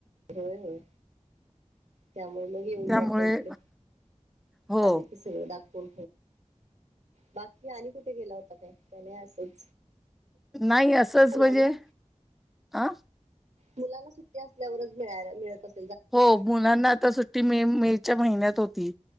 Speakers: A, on the right; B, in the centre.
A: होय हो त्यामुळे मग येऊन
B: त्यामुळे
A: जात इथले,
B: हो
A: आले की सगळं दाक हो बाकी आणि कुठे गेला होता काय? त्का नाही अस <unintelligible>
B: नाही असंच
A: मुलांना
B: म्हणजे अं
A: मुलांना सुट्टी असल्यावरच मिळाय मिळत अस
B: हो मुलांना आता सु ती मे मेच्या महिन्यात होती,